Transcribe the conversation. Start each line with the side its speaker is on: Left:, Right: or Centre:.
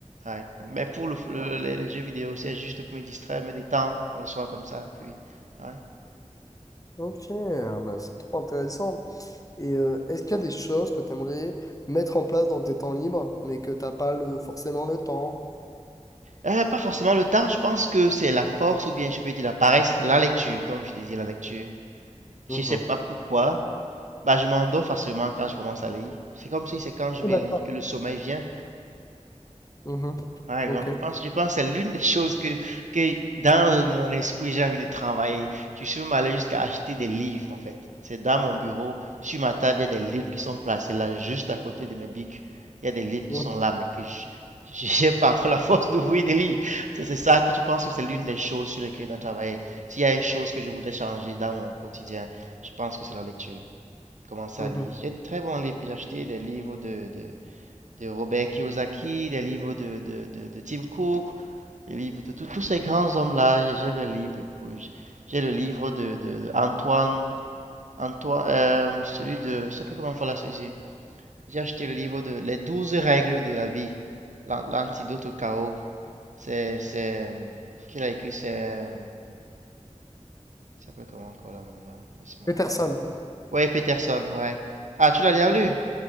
Right: Ouais. Mais pour le, le- les, les jeux vidéo, c'est juste pour me distraire, me détendre pour le soir comme ça. Et puis, ouais.
Left: Ok, ah bah c'est trop intéressant. Et euh, est-ce qu'il y a des choses que tu aimerais mettre en place dans tes temps libres, mais que t'as pas le, forcément le temps?
Right: Euh, pas forcément le temps, je pense que c'est la force ou bien je peux dire la paresse, la lecture, comme je disais, la lecture. Je
Left: Mhm.
Right: sais pas pourquoi, bah, je m'endors facilement quand je commence à lire. C'est comme si c'est quand je
Left: Oui,
Right: vais
Left: D'accord.
Right: lire que le sommeil vient.
Left: Mhm.
Right: Ouais,
Left: Ok.
Right: donc je Donc, euh, pense, je pense que c'est l'une des choses que, que dans mon esprit, j'ai envie de travailler. Tu peux m'aller jusqu'à acheter des livres, en fait. C'est dans mon bureau, sur ma table, il y a des livres qui sont placés là, juste à côté de mes bics. Il y a des livres qui
Left: Mhm.
Right: sont ouais. là, mais que je <laughs> n'ai pas encore la force d'ouvrir des livres. C'est c'est ça que tu penses que c'est l'une des choses sur lesquelles je dois travailler. S'il y a une chose que je voudrais changer dans mon quotidien, je pense que c'est la lecture. Commencer
Left: Mhm.
Right: à lire. J'ai de très bons livres que j'ai achetés, des livres de, de, de Robert Kiyosaki, des livres de, de, de, de Tim Cook, des livres de tout- tous ces grands hommes-là. J'ai le livre. J'ai le livre de, de- de Antoine, Antoine euh, celui de, je ne sais pas comment on fait là celui-ci. J'ai acheté le livre de Les 12 règles de la vie, l'antidote au chaos. C'est, c'est, euh, qui l'a écrit? C'est, euh, il s'appelle comment encore là même là? Laisse-moi
Left: Peterson.
Right: voir. Ouais, Peterson, ouais. Ah, tu l'as déjà lu?